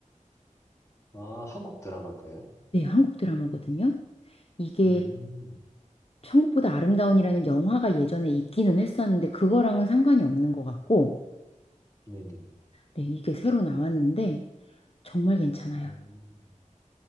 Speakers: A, on the left; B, on the left.
A: 아, 한국 드라마인가요?
B: 네, 한국 드라마거든요. 이게
A: 음,
B: 천국보다 아름다운이라는 영화가 예전에 있기는 했었는데, 그거랑은 상관이 없는 것 같고,
A: 네네.
B: 네, 이게 새로 나왔는데, 정말 괜찮아요.
A: 음.